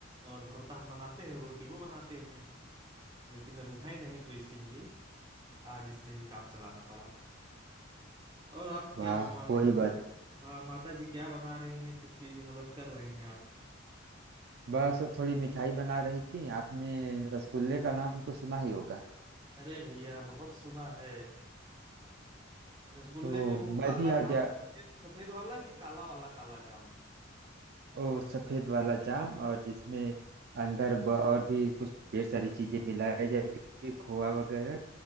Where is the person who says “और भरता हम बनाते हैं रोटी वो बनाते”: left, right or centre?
Right